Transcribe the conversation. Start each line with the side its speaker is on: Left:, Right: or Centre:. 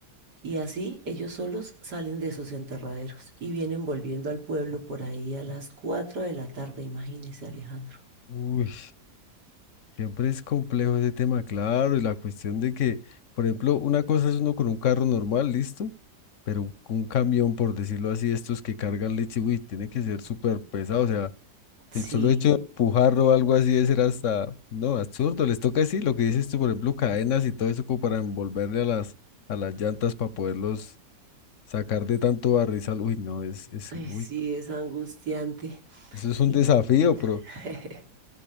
Right: Y así ellos solos salen de sus enterraderos y vienen volviendo al pueblo por ahí a las 4 de la tarde, imagínese, Alejandro.
Left: uy, siempre es complejo ese tema, claro, y la cuestión de que, por ejemplo, una cosa es uno con un carro normal, listo, pero un, un camión, por decirlo así, estos que cargan leche, uy, tiene que ser súper pesado, o sea,
Right: Sí,
Left: El solo hecho de empujarlo o algo así debe ser hasta, no, absurdo. Les toca así, lo que dices tú, por ejemplo, cadenas y todo eso como para envolverle a las, a las llantas para poderlos sacar de tanto barrizal. Uy, no, es, es,
Right: ay,
Left: uy,
Right: sí,
Left: no,
Right: es angustiante.
Left: eso es
Right: Y
Left: un desafío,
Right: <laughs>
Left: pero,